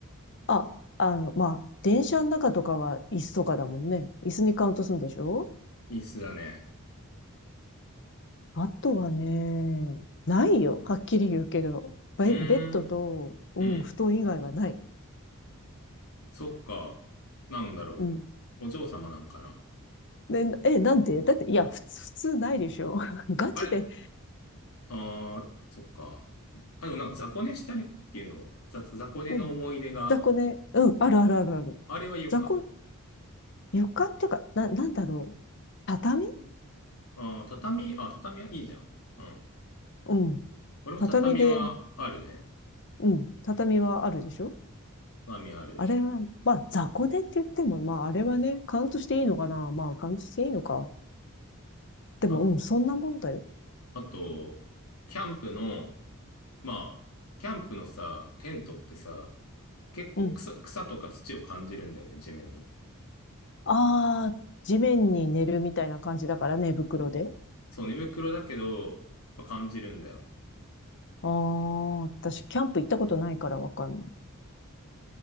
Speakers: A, on the left; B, on the left.
A: あ、あの、まあ、電車の中とかは椅子とかだもんね。椅子にカウントするんでしょ
B: 椅子だね。
A: あとはね、ないよ。はっきり言うけど。ベ、
B: うーん。
A: ベッドと、うん、
B: うん。
A: 布団以外はない。
B: そっか。なんだろ
A: うん。
B: う。お嬢様なんかな。
A: で、え、なんでだって、いや、普通、普通ないでしょ。<laughs> ガチで、
B: あれああ、そっか。あ、でもなんか雑魚寝したりっていうのを、雑、雑魚寝の思い出が、
A: うん、雑魚ね。うん、あるあるあるある。
B: あれは床
A: 雑魚、床っていうか、な、なんだろう。畳
B: ああ、畳、あ、畳はいいじゃん。うん。
A: うん。
B: 俺も畳はあるね。
A: 畳で、うん、畳はあるでしょ
B: 畳ある。
A: あれは、まあ、雑魚寝って言っても、まあ、あれはね、カウントしていいのかなまあ、カウントしていいのか。でも、
B: あ、
A: うん、そんなもんだよ。
B: あと、キャンプの、まあ、キャンプのさ、テントってさ、結構草、
A: うん。
B: 草とか土を感じるんだよね、地面の。
A: ああ、地面に寝るみたいな感じだからね、寝袋で。
B: そう、寝袋だけど、まあ感じるんだよ。
A: ああ、私、キャンプ行ったことないからわかんない。